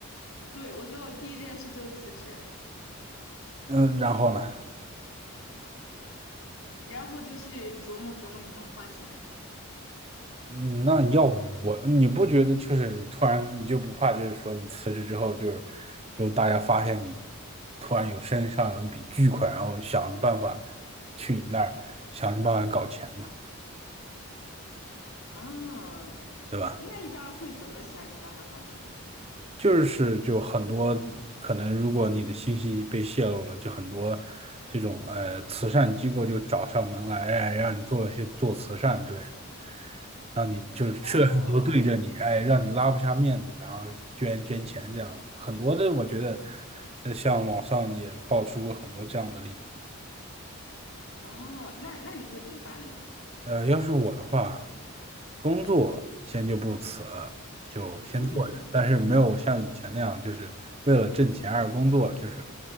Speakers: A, on the left (about 70°); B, on the right (about 25°).
A: 对我觉得我第一件事就是辞职，
B: 嗯，然后呢？
A: 然后就去琢磨琢磨怎么花钱
B: 嗯，那要我，你不觉得就是你突然你就不怕，就是说你辞职之后就是，就大家发现你突然有身上有一笔巨款，然后想着办法去你那儿想着办法搞钱嘛，
A: 啊。
B: 对吧？
A: 那一般会怎么想尽办法搞钱呢？
B: 就是就很多可能，如果你的信息被泄露了，就很多这种呃慈善机构就找上门来，哎，让你做一些做慈善之类的，让你就是吃了很多对着你，
A: 哦
B: 哎，让你拉不下面子，然后捐捐钱这样子，很多的我觉得，呃像网上也爆出过很多这样的例子嘛。
A: 哦，那那你会怎么办呢？
B: 呃，要是我的话，工作先就不辞，就先做着，
A: 嗯
B: 但是没有像以前那样，就是为了挣钱而工作了，就是